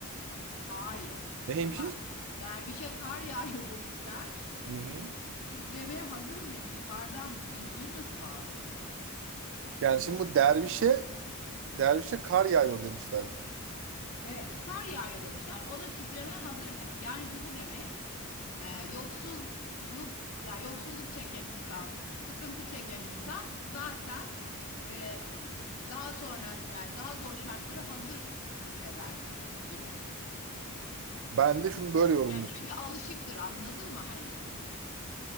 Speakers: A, on the left (about 75°); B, on the right (about 60°).
A: Hayır.
B: neymiş?
A: Bak, dervişe kar yağıyor <laughs> demişler.
B: Hı hı.
A: Titremeye hazırım demiş. Kardan bilgiyi nasıl bağladın?
B: Yani şimdi bu dervişe dervişe kar yağıyor demişler mi?
A: Evet, kar yağıyor demişler. O da titremeye hazırım demiş. Yani bu şu demek, e, yoksulluk ya yoksulluk çeken insan, sıkıntı çeken insan zaten e, daha sonra yani daha zor şartlara hazır hisseder gibi.
B: Ben de şunu böyle yorumluyorum.
A: Yani çünkü alışıktır, anladın mı hani?